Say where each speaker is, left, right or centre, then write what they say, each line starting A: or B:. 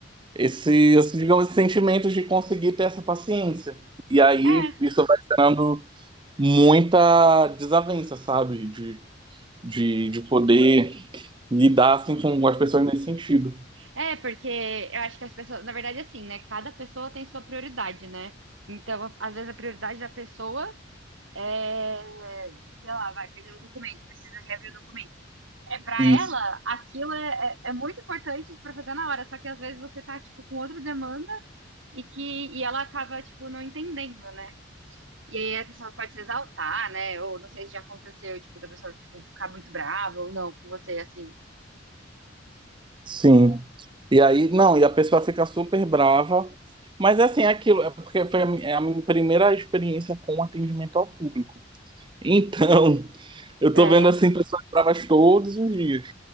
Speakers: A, on the right; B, on the right.
A: esse, assim, digamos, esse sentimento de conseguir ter essa paciência. E aí
B: é,
A: isso vai gerando muita desavença, sabe? De, de, de poder lidar assim, com as pessoas nesse sentido.
B: É, porque eu acho que as pessoas, na verdade, é assim, né? Cada pessoa tem sua prioridade, né? Então, a- às vezes a prioridade da pessoa é, sei lá, vai perder o documento, precisa reaver o documento. É para
A: Isso.
B: ela, aquilo é, é, é muito importante para fazer na hora, só que às vezes você tá, tipo, com outra demanda e que e ela acaba, tipo, não entendendo, né? E aí a pessoa pode se exaltar, né? Ou não sei se já aconteceu, tipo, da pessoa, tipo, ficar muito brava ou não com você, assim.
A: Sim. E aí, não, e a pessoa fica super brava. Mas assim, é aquilo, é porque foi a mi- é a minha primeira experiência com atendimento ao público. Então, <laughs> eu
B: É,
A: tô vendo assim pessoas bravas todos os dias,